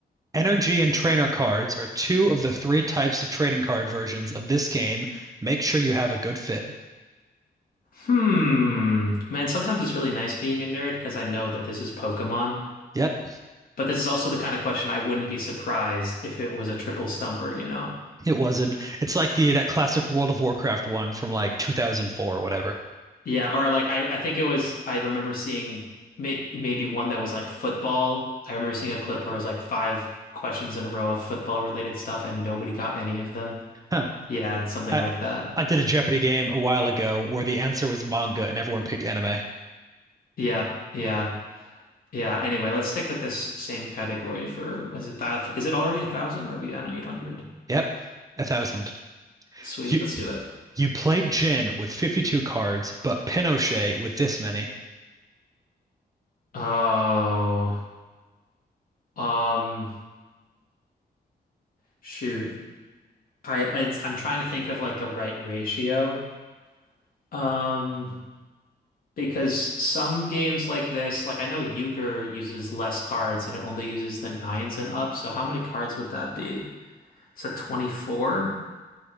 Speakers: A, on the right (about 20°); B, on the left (about 60°).
A: Energy and trainer cards are two of the three types of trading card versions of this game. Make sure you have a good fit.
B: Hmm. Man, sometimes it's really nice being a nerd because I know that this is Pokemon,
A: Yep,
B: but this is also the kind of question I wouldn't be surprised if it was a triple stumper, you know.
A: it wasn't. It's like the that classic World of Warcraft one from like 2004 or whatever.
B: Yeah, or like I I think it was I remember seeing may, maybe one that was like football. I remember seeing a clip where it was like five questions in a row of football related stuff and nobody got any of them.
A: Huh.
B: Yeah, something
A: I,
B: like that.
A: I did a Jeopardy game a while ago where the answer was manga and everyone picked anime.
B: Yeah, yeah, yeah. Anyway, let's stick with this same category for was it that is it already a thousand or are we on eight hundred?
A: Yep, a thousand.
B: Sweet,
A: You
B: let's do it.
A: you played Jin with 52 cards, but Pinochet with this many.
B: Oh, um, shoot. I it's I'm trying to think of like the right ratio. Um, because some games like this, like I know Euchre uses less cards and it only uses the nines and up. So how many cards would that be? Is that 24?